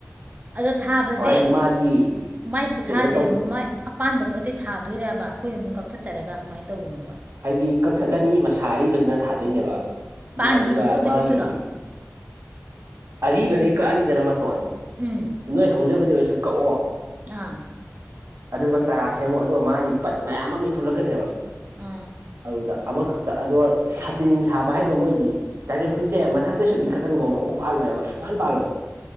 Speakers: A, on the right; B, on the right.
A: ꯑꯗꯥ ꯊꯥꯕꯖꯪ
B: ꯀꯃꯥꯏꯅ ꯃꯥꯗꯤ
A: ꯃꯥꯏ ꯈꯨꯊꯥꯖꯦ
B: ꯀꯩꯅꯣ ꯇꯧꯗ
A: ꯃꯥꯏ ꯑꯄꯥꯟꯕ ꯄꯣꯠꯇꯩ ꯊꯥꯗꯣꯏꯔꯕ ꯑꯩꯈꯣꯏꯅ ꯑꯗꯨꯝ ꯀꯛꯊꯠꯆꯔꯒ ꯀꯃꯥꯏ ꯇꯧꯕꯅꯣꯕ
B: ꯍꯥꯏꯗꯤ ꯀꯛꯊꯠꯂꯅꯤ ꯃꯁꯥ ꯑꯔꯤꯕꯗꯨꯅ ꯊꯥꯗꯣꯏꯅꯦꯕ
A: ꯄꯥꯟꯈꯤꯕ
B: ꯏ ꯑꯗꯨꯒ
A: ꯄꯣꯠꯇꯩ
B: ꯃꯥꯒꯤꯗꯤ
A: ꯀꯛꯇꯣꯏꯔꯣ
B: ꯑꯔꯤꯕꯗꯩ ꯀꯛꯑꯅꯤꯗꯅ ꯃꯇꯣꯟ
A: ꯎꯝ
B: ꯅꯣꯏ ꯍꯧꯖꯕꯗꯤꯒꯤ ꯑꯣꯏꯁꯨ ꯀꯛꯑꯣ
A: ꯑꯥ
B: ꯑꯗꯨꯒ ꯆꯔꯥ ꯁꯦꯝꯃꯣ ꯑꯗꯣ ꯃꯥꯏ ꯕꯠ ꯃꯌꯥꯝ ꯑꯃ ꯏꯟꯊꯣꯂꯛꯀꯅꯦꯕ
A: ꯑꯥ
B: ꯑꯗꯨꯗ ꯑꯃꯈꯛꯇ ꯑꯗꯣ ꯁꯥꯇꯤꯟ ꯁꯥꯕ ꯍꯥꯏꯗ ꯃꯣꯏꯗꯤ ꯗꯥꯏꯒꯟ ꯐ꯭ꯔꯨꯏꯠꯁꯦ ꯃꯊꯛ ꯑꯥꯗ ꯁꯨꯝ ꯏꯟꯈꯠꯂꯟꯒꯣꯕ ꯑꯃꯨꯛ ꯄꯥꯜꯂꯣꯏꯕ ꯁꯨꯛꯄꯥꯟ ꯄꯥꯜꯂꯣꯏ